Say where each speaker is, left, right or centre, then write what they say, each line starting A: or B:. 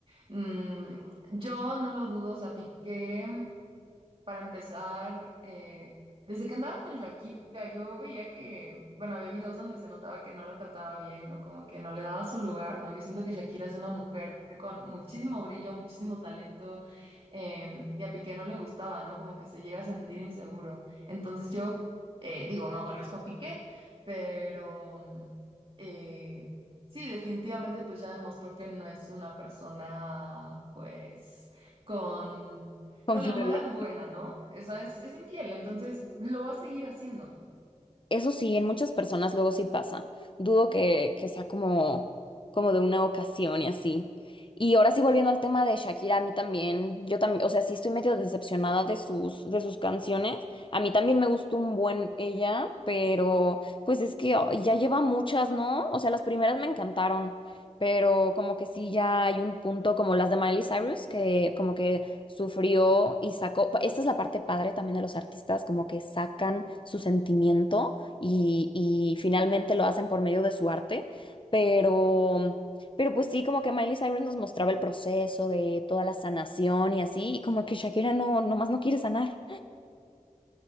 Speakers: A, on the right; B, on the left.
A: mm, yo no lo dudo, o sea, Piqué, para empezar, eh, desde que andaba con Shakira, yo veía que, bueno, había videos donde se notaba que no la trataba bien o como que no le daba su lugar, ¿no? Yo siento que Shakira es una mujer con muchísimo brillo, muchísimo talento, em, y a Piqué no le gustaba, ¿no? Como que se llega a sentir inseguro. Entonces yo, eh, digo, no conozco a Piqué, pero mm, eh, sí, definitivamente pues ya demostró que no es una persona, pues, con
B: Confiable.
A: con la moral buena, ¿no? O sea, es, es infiel, entonces lo va a seguir haciendo.
B: Eso sí, en muchas personas luego sí pasa. Dudo que, que sea como, como de una ocasión y así. Y ahora sí, volviendo al tema de Shakira, a mí también, yo también, o sea, sí estoy medio decepcionada de sus, de sus canciones. A mí también me gustó un buen ella, pero pues es que ay, ya lleva muchas, ¿no? O sea, las primeras me encantaron, pero como que sí ya hay un punto como las de Miley Cyrus, que como que sufrió y sacó, esta es la parte padre también de los artistas, como que sacan su sentimiento y, y finalmente lo hacen por medio de su arte, pero, pero pues sí, como que Miley Cyrus nos mostraba el proceso de toda la sanación y así, y como que Shakira no, nomás no quiere sanar.